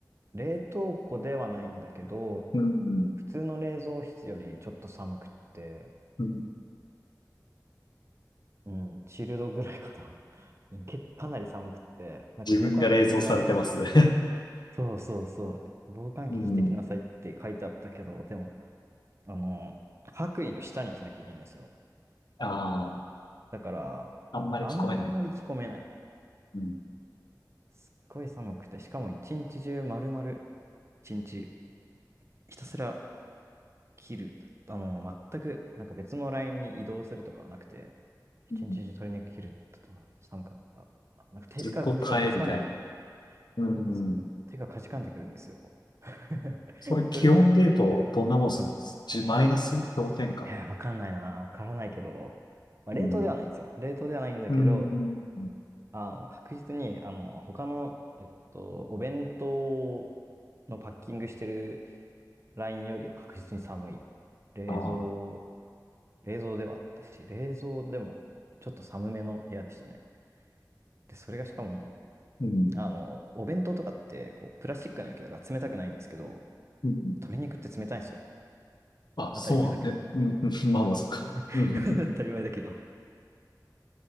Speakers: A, on the right (about 40°); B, on the left (about 80°).
A: 冷凍庫ではないんだけど、
B: うんうん
A: 普通の冷蔵室よりちょっと寒くって、
B: うん
A: うん、チルドぐらいかな。<laughs> うんけ、かなり寒くって、
B: <laughs>
A: なんか防寒着着てきなさい。
B: 自分が冷蔵されてますね
A: そうそうそう。防寒着着てきなさいって書いてあったけど、
B: <laughs> うん。
A: でも、あの、白衣の下に着なきゃいけないんですよ。
B: あ
A: だから、
B: あ、あんまり聞こえない。
A: あんまり着込めない。
B: うん
A: すっごい寒くて、しかも一日中丸々、一日ひたすら切る。あの、全く、なんか別のラインに移動するとかはなくて、一日中鶏肉切るっての寒かった。
B: うん
A: あなんか手手が、
B: ずっと耐えみたいな。
A: 手がかじかんでくる。
B: うん。
A: そう。手がかじかんでくるんですよ。<laughs>
B: それ気温で言うと、
A: 鶏肉、
B: どんなもんすじマイナス氷点下。
A: うん。えー、わかんないな。わからないけど、まあ、冷凍ではないんですよ。
B: うん。
A: 冷凍ではないんだけど、
B: うん。
A: あの、確実に、あの、他の、えっと、お弁当のパッキングしてるラインよりは確実に寒い。冷蔵
B: ああ。
A: 冷蔵ではあったし、冷蔵でもちょっと寒めの部屋でしたね。で、それがしかも、
B: うん。
A: あの、お弁当とかって、こう、プラスチックの容器だから冷たくないんですけど、
B: うん。
A: 鶏肉って冷たいんですよ。
B: あ、そうなんね。
A: 当たり前だけど。
B: うん。うんまあまあ、そっか。
A: <laughs>
B: うん。
A: 当たり前だけど。